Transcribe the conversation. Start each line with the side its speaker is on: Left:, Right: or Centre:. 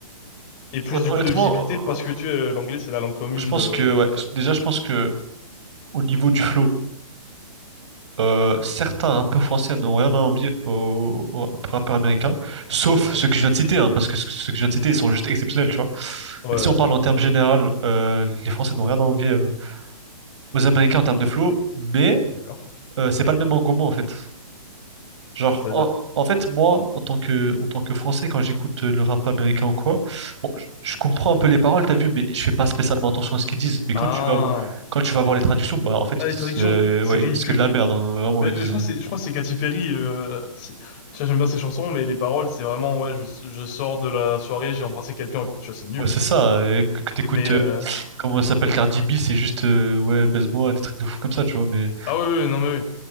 Left: Et plus
Right: Hon-
Left: du
Right: Honnêtement,
Left: coup de visibilité
Right: euh,
Left: parce que tu sais, euh, l'anglais, c'est la langue commune
Right: je pense
Left: euh,
Right: que, ouais,
Left: sur Terre.
Right: je- déjà, je pense que au niveau du flow, euh, certains rappeurs français n'ont rien à envier aux, aux rappeurs américains, sauf
Left: Ok.
Right: ceux
Left: Ouais,
Right: que je viens de citer, hein, parce que ce- ceux que je viens de citer, ils sont juste exceptionnels, tu vois.
Left: ouais,
Right: Mais
Left: ouais.
Right: si on parle en termes général, euh, les Français n'ont rien à envier euh, aux Américains en termes de flow, mais
Left: d'accord.
Right: euh, c'est pas le même engouement, en fait. Genre,
Left: C'est-à-dire.
Right: en, en fait, moi, en tant que, en tant que Français, quand j'écoute euh, le rap américain ou quoi, bon, je, je comprends un peu les paroles, t'as vu, mais je fais pas spécialement attention à ce qu'ils disent. Mais
Left: Ah.
Right: quand tu vas, vo- quand tu vas voir les traductions, bah, en fait,
Left: Ah,
Right: ils disent,
Left: les traductions,
Right: euh,
Left: c'est
Right: ouais,
Left: ridicule,
Right: ils disent que de la
Left: oui.
Right: merde, hein, vraiment,
Left: Mais,
Right: ils
Left: euh,
Right: disent,
Left: je crois que c'est, je crois que c'est Katy Perry. Euh, c'est- tu vois, j'aime bien ses chansons, mais les paroles, c'est vraiment, ouais, je, je sors de la soirée, j'ai embrassé quelqu'un, quoi. Tu vois, c'est nul.
Right: ouais, c'est ça, euh, que, que t'écoutes,
Left: Mais
Right: euh,
Left: euh,
Right: comment ça s'appelle, Cardi B, c'est juste, euh, ouais, baise-moi, des trucs de fou comme ça, tu vois, mais,
Left: ah ouais, ouais, ouais, non mais